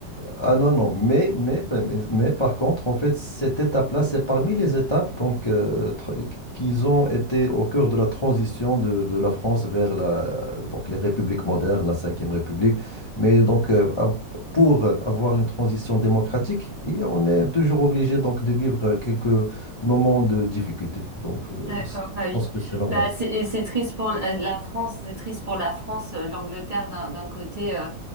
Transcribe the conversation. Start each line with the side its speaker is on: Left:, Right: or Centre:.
Left: Ah non, non, mais, mais, pa- mais, mais par contre, en fait, cette étape-là, c'est parmi les étapes donc, euh, tr- qu'ils ont été au cœur de la transition de, de la France vers la, donc, les républiques modernes, la Cinquième République. Mais donc, euh, av- pour euh, avoir une transition démocratique, et on est toujours obligé donc, de vivre euh, quelques moments de difficulté. Donc, euh,
Right: D'accord,
Left: c'est- je
Right: bah oui.
Left: pense que c'est normal.
Right: Bah, c'est, et c'est triste pour la la France, c'est triste pour la France, euh, l'Angleterre d'un d'un côté. euh,